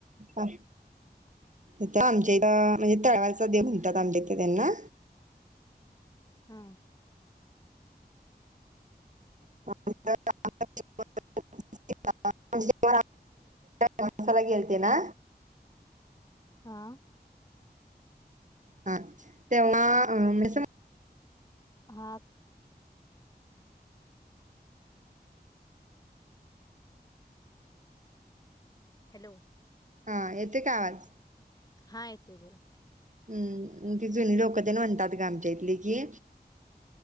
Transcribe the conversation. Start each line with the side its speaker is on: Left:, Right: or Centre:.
Right: आमच्या इथं म्हणजे तळवचा देव म्हणतात आमच्या इथं त्यांना
Left: हा
Right: <unintelligible> <unintelligible> माणसाला गेलते ना
Left: हा
Right: हा तेव्हा म्हण
Left: हा हॅलो
Right: हा येते काय आवाज?
Left: हा येतोय बोला.
Right: हम्म ती जुनी लोकं त्या म्हणतात गमच्या इथले कि